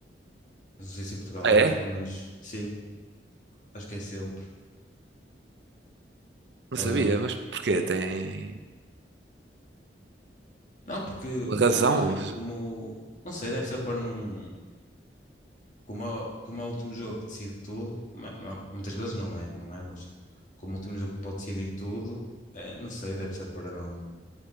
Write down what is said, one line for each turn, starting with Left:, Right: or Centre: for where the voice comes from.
Left: Não sei se em Portugal
Right: Ah,
Left: é,
Right: é?
Left: mas pelo menos sim, acho que é sempre.
Right: Não
Left: Ahm,
Right: sabia, mas porquê? Tem
Left: não, porque,
Right: razão?
Left: porque imagina, como, não sei, deve ser para não. como, é- como é o último jogo que decide tudo, ma- ma- muitas vezes não é, não é, mas como o último jogo que pode decidir tudo, eh, não sei, deve ser para não,